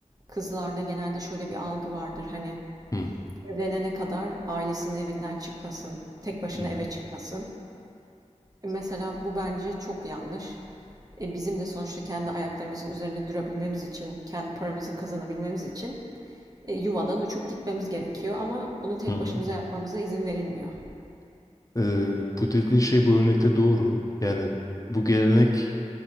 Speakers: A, on the right; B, on the left.
A: kızlarda genelde şöyle bir algı vardır. Hani
B: Hı
A: evlenene kadar ailesinin evinden çıkmasın, tek başına
B: hı. hı.
A: eve çıkmasın. E mesela bu bence çok yanlış. E bizim de sonuçta kendi ayaklarımızın üzerinde durabilmemiz için, kendi paramızı kazanabilmemiz için e, yuvadan uçup gitmemiz gerekiyor ama bunu tek
B: Evet.
A: başımıza yapmamıza izin verilmiyor.
B: Ee, bu dediğin şey bu örnekte doğru. Yani bu gelenek